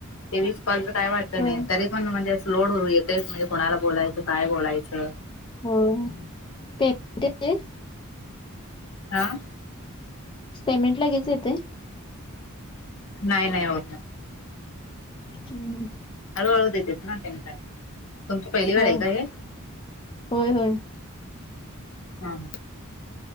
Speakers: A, on the left; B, on the left.
A: ते वस पॉलच काय वाटलं
B: होय
A: नाही तरी पण म्हणजे असं लोड होऊ. तेच म्हणजे कुणाला बोलायचं काय बोलायचं.
B: होय पेमेंट येते
A: आ.
B: पेमेंट लगेच येतोय?
A: नाही नाही हो.
B: हम्म हम्म.
A: हळूहळू देतेत ना त्यां तुमची पहिली वेळ
B: होय
A: आहे काय हे.
B: होय होय.
A: हा